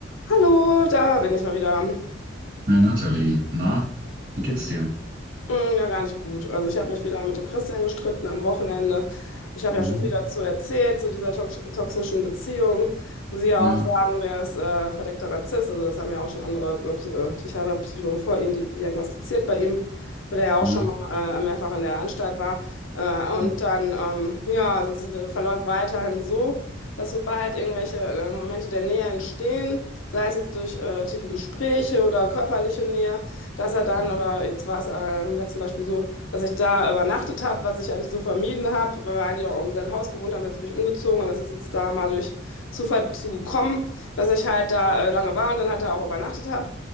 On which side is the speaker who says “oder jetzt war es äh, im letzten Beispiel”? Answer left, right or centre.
Left